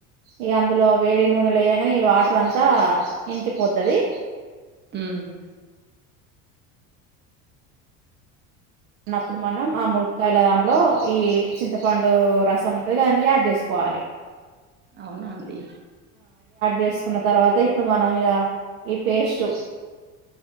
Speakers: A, on the right; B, on the right.
A: ఇక అందులో వేడి నూనెలో ఎయ్య మరి ఈ వాటర్ అంతా ఇంకిపోతాది
B: మ్మ్
A: అప్పుడు మనం ఆ మునక్కాయల దాంట్లో ఈ చింతపండు రసం ఉంటాది కాద దాన్ని యాడ్ చేసుకోవాలి
B: అవునా అండి
A: వేసుకున్నా తర్వాత ఇప్పుడు మనం ఇగ ఆ పేస్ట్